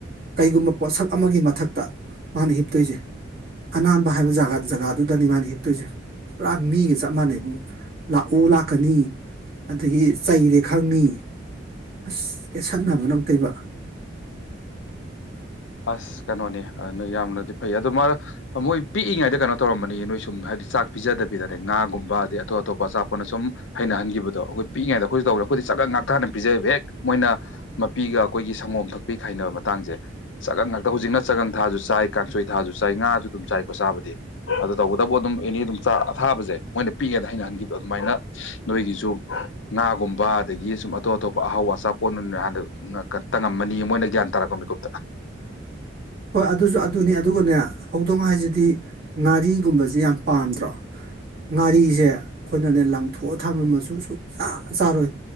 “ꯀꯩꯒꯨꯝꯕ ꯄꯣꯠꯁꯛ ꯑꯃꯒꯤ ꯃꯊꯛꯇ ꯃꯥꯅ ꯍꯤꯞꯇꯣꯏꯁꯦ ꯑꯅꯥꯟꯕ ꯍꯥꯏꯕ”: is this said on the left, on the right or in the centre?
Right